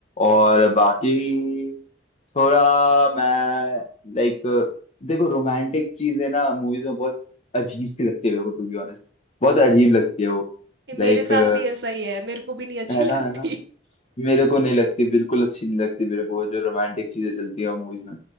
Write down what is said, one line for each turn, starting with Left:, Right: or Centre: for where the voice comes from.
Left: और बाकी थोड़ा मैं लाइक देखो रोमांटिक चीजें ना मूवीज में बहुत अजीब सी लगती है मेरे को टू बी ऑनेस्ट बहुत अजीब लगती है वो
Right: ये मेरे
Left: लाइक
Right: साथ
Left: है
Right: भी ऐसा ही है मेरे को भी नहीं अच्छी <laughs>
Left: ना
Right: लगती
Left: है ना मेरे को नहीं लगती बिल्कुल अच्छी नहीं लगती मेरे को वो जो रोमांटिक चीजें चलती है मूवीज में